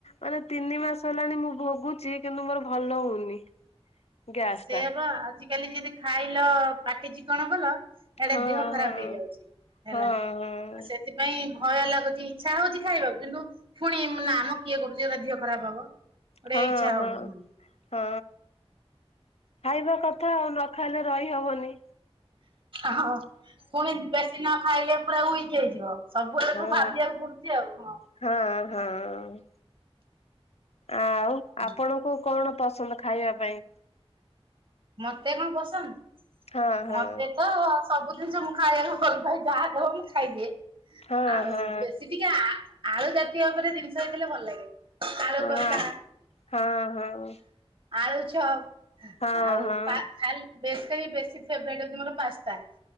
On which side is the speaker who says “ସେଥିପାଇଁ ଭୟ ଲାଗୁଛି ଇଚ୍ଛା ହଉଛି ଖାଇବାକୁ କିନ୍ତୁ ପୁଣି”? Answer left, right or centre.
Right